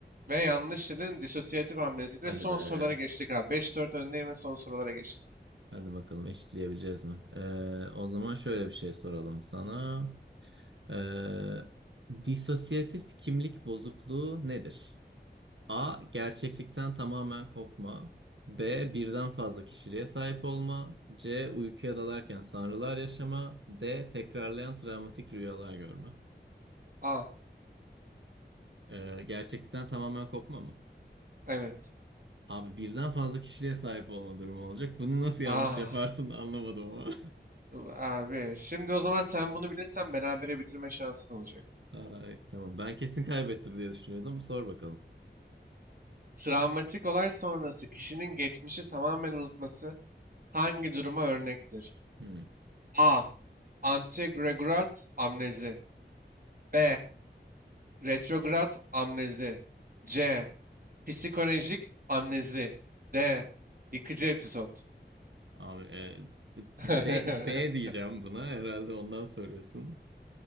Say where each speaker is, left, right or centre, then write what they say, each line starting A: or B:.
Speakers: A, on the right; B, on the right.
A: Ve yanlış dedin disosyatif amnezi. Ve
B: Hadi
A: son
B: be.
A: sorulara geçtik abi. Beş dört öndeyim ve son sorulara geçtik.
B: Hadi bakalım eşitleyebileceğiz mi? Ee, o zaman şöyle bir şey soralım sana. Ee, disosiyatif kimlik bozukluğu nedir? A. Gerçeklikten tamamen kopma. B. Birden fazla kişiliğe sahip olma. C. Uykuya dalarken sanrılar yaşama. D. Tekrarlayan travmatik rüyalar görme.
A: A.
B: Ee, gerçeklikten tamamen kopma mı?
A: Evet.
B: Abi birden fazla kişiliğe sahip olma durumu olacak. Bunu nasıl yanlış
A: A.
B: yaparsın anlamadım ama. <laughs>
A: Abi. Şimdi o zaman sen bunu bilirsen berabere bitirme şansın olacak.
B: Ay, tamam. Ben kesin kaybettim diye düşünüyordum. Sor bakalım.
A: Travmatik olay sonrası kişinin geçmişi tamamen unutması hangi duruma örnektir?
B: Hmm.
A: A. Anteregrat amnezi. B. Retrograt amnezi. C. Psikolojik amnezi. D. Yıkıcı episod.
B: Abi e,
A: <laughs>
B: B, B diyeceğim buna. Herhalde ondan soruyorsun.